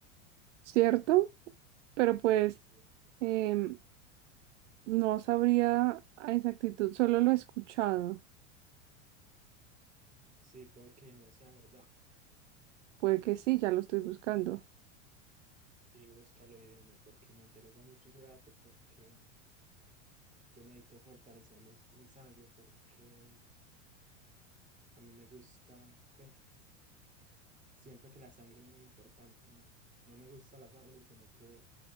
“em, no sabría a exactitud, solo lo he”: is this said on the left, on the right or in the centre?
Right